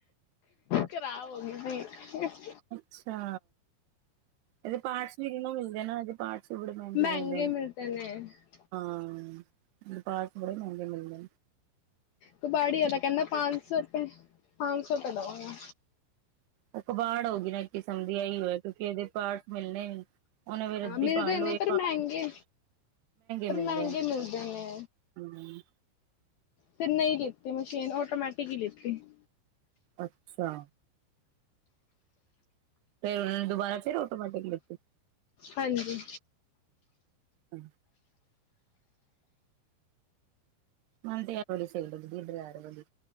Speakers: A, on the left; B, on the right.
A: ਖਰਾਬ ਹੋ ਗਈ ਸੀ
B: ਅੱਛਾ ਇਹਦੇ ਪਾਟਸ ਵੀ ਨਹੀਂ ਮਿਲਦੇ ਇਹ ਦੇ ਪਾਟ ਚੜ ਮੈਂਗ
A: ਮਹਿੰਗੇ
B: ਵਦੇ
A: ਮਿਲਦੇ ਨੇ
B: ਹਾਂ ਪਾਕ ਬੜ ਮੰ ਮਿਲਦਾ
A: ਤਬੜੀ ਆਦਾ ਕਹਿੰਦਾ ਪੰਜ ਸੌ ਰੁਪਏ ਪੰਜ ਸੌ ਰੁਪਏ ਲਵਾਂਗਾ
B: ਉਹ ਕਬਾੜ ਹੋਗੀ ਨਾ ਕਿਸਮ ਦੀ ਆਹੀ ਹੋਆ ਕਿਉਂਕਿ ਇਹਦੇ ਪਾਠ ਮਿਲਣੇ ਵੀ ਉਹਨੇ ਰੱਦੀ
A: ਹਾਂ ਮਿਲਦੇ
B: ਪਾ ਲੋ
A: ਨੇ
B: ਇਹ
A: ਪਰ
B: ਪਾ
A: ਮਹਿੰਗੇ
B: ਲੋ
A: ਪਰ
B: ਮਿਲਦੇ
A: ਮਹਿੰਗੇ
B: ਨੇ
A: ਮਿਲਦੇ ਨੇ
B: ਹੂੰ।
A: ਫਿਰ ਨਹੀਂ ਲਿੱਤੀ ਮਸ਼ੀਨ ਆਟੋਮੈਟਿਕ ਹੀ ਲਿੱਤੀ <inaudible>
B: ਅੱਛਾ ਫਿਰ ਉਹਨਾਂ ਨੇ ਦੁਬਾਰਾ ਫਿਰ ਆਟੋਮੈਟਿਕ ਲਤੀ
A: ਹਾਂਜੀ
B: ਅੱਛਾ ਮ ਤੇ ਯਾਰ ਬੜੀ ਸਹੀਲ ਦੀਡ ਯਾਰ ਬੜਲੀ